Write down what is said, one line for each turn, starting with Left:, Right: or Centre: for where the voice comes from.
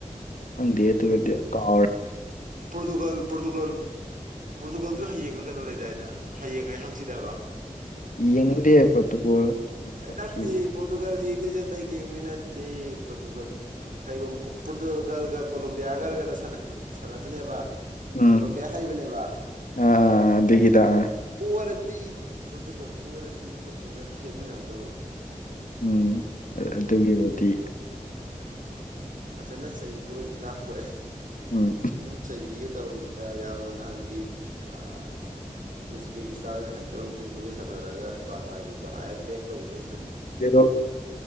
Left: ꯈꯪꯗꯦ ꯑꯗꯨꯒꯗꯤ ꯀꯥꯎꯔꯦ
Right: ꯄꯣꯔꯇꯨꯒꯜ ꯄꯣꯔꯇꯨꯒꯜ ꯄꯣꯔꯇꯨꯒꯜꯖꯨ ꯍꯌꯦꯡꯂ ꯀꯩꯅꯣ ꯂꯩꯗꯥꯏꯅꯦ ꯍꯌꯦꯡꯉꯩ ꯍꯪꯆꯤꯠꯑꯕ
Left: ꯌꯦꯡꯅꯤꯡꯗꯦ ꯄꯣꯔꯇꯨꯒꯜ
Right: ꯅꯠꯇꯦ
Left: ꯊꯤ
Right: ꯄꯣꯔꯇꯨꯒꯜ ꯌꯦꯡꯗꯤꯖꯦ ꯑꯇꯩ ꯀꯤꯝꯒꯤ ꯅꯇꯦ ꯄ꯭ꯔꯣꯇꯨꯒꯜ ꯀꯩꯒꯨꯝꯕ ꯄꯣꯔꯇꯨꯒꯜꯒ ꯀꯣꯂꯣꯝꯕꯤꯌꯥ ꯒꯔ ꯀꯩꯅꯣ ꯁꯥꯟꯅꯩ ꯁꯥꯟꯅꯗꯨꯅꯦꯕ
Left: ꯎꯝ
Right: ꯀꯣꯂꯣꯝꯕꯤꯌꯥ ꯍꯩꯕꯅꯦꯕ
Left: ꯑꯥ ꯑꯥ ꯑꯗꯨꯒꯤꯗ ꯑꯥ
Right: ꯄꯣꯔ ꯗꯤ ꯄ꯭ꯔꯣꯇꯨꯒꯜ ꯄꯣꯔꯗꯤ ꯄ꯭ꯔꯣꯇꯨꯒꯜ ꯐꯦꯟ ꯃꯌꯥꯝꯗꯣ
Left: ꯎꯝ
Right: ꯁꯨꯝ
Left: ꯑꯗꯨꯒꯤꯕꯨꯗꯤ
Right: ꯐꯖꯅ ꯆꯩꯕꯣꯏ ꯂꯥꯛꯄꯣꯏ
Left: ꯎꯝ
Right: ꯁꯨꯝ ꯆꯩꯕꯤꯒꯦ ꯇꯧꯕꯅꯤꯗ ꯌꯥꯝꯅ ꯅꯍꯥꯟꯒꯤ ꯑꯥ ꯎꯖꯕꯦꯀꯤꯁꯇꯥꯟ ꯍꯩꯇꯕ ꯇꯤꯝꯗꯨꯒ ꯁꯥꯟꯅ ꯅꯔꯒ ꯍꯩꯄꯥ ꯁꯥꯒꯤꯕꯗꯣ ꯑꯥ ꯌꯦꯝ ꯕꯦꯛ ꯇꯧꯕꯗꯣ
Left: ꯖꯦꯔꯣ